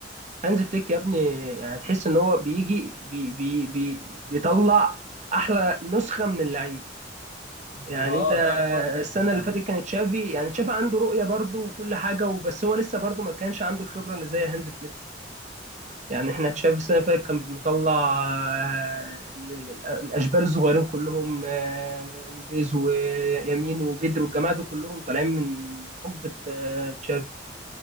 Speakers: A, on the right; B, on the left.
A: هانز فليك يا ابني يعني تحس ان هو بيجي بي بي بي بيطلع احلى نسخه من اللعيب يعني
B: ما اه
A: انت
B: بيعرف يوظف
A: السنه
B: اللعيبه فاهم
A: اللي فاتت كانت تشافي يعني تشافي عنده رؤيه برضه وكل حاجه وبس هو لسه برضه ما كانش عنده الخبره اللي زي هانز فليك يعني احنا تشافي السنه اللي فاتت كان مطلع آه، ال- ال- الاشبال الصغيرين كلهم آه، لوبيز ويمين وبيدرو والجماعه دول كلهم طالعين من حقبه آه، تشافي